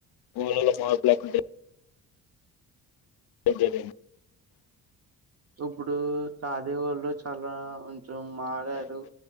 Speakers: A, on the left; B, on the right.
A: వా మపులాకుంట సజ
B: ఇప్పుడు తాదేవాళ్ళు చాలా కొంచం మారారు
A: థ్యాంక్ యూ